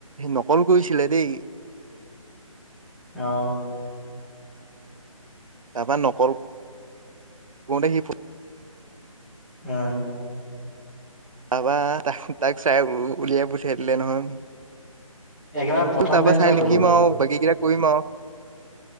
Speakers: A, on the right; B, in the centre.
A: নকল কৰিছিলে দেই।
B: অ।
A: তাবা নকল কওঁতে সি। ফ
B: উম।
A: পাবা তাক তাক চাই উলিয়াই পঠিয়াই দিলে নহয়।
B: একেবাৰে প্ৰথম
A: তাৰ পৰা
B: বেঞ্চৰটো।
A: চাই লিখিম আৰু বাকী কেইটা কৰিম। আ